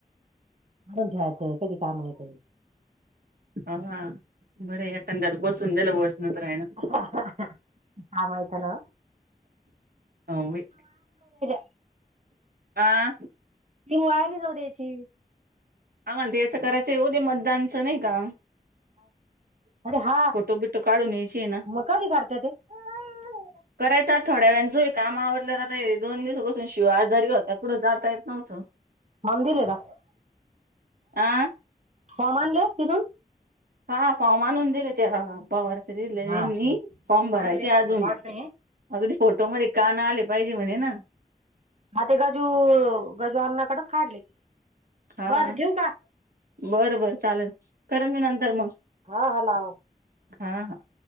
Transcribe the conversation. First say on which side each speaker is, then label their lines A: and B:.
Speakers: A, on the right; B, on the right.
A: अणून घ्यायाचं कधी काम येतंय.
B: हा, हा बरंय एखाद्याला बसून दील बस नजर हायना.
A: हा हा हा आवाज येतो ना
B: हो बाई.
A: <unintelligible>
B: आह!
A: ती वाया नाही जाऊ द्यायची.
B: आम्हाला तें याच करायचं हो, तें मतदानचं नही का.
A: अरे हा
B: फोटो बिटो काढून यायचे ना
A: मं कधी करता तें. हो <unintelligible>
B: करायचं थोड्या वेंळान चं हे काम, आवरल्या वर आता हे दोन दिवसापासून शिव आजारी होता, कुड जाता येत नव्हतं.
A: फॉम दिले का,
B: आ
A: फॉम आणले तिथून?
B: हा फॉर्म आणून दिले ते पवारचे दिले
A: हा
B: यांनी,
A: काढले
B: फॉर्म भरायचे
A: फोटो
B: अजून.
A: काढले
B: आता तें फोटो मध्ये कान आले, पाहिजे म्हणे ना.
A: ह ते गजू, गजूअन्ना कडच काढले
B: हा
A: बरं ठेवू का.
B: बरं, बर चालल करन मी नंतर मंग
A: हा हा लावा
B: हा हा.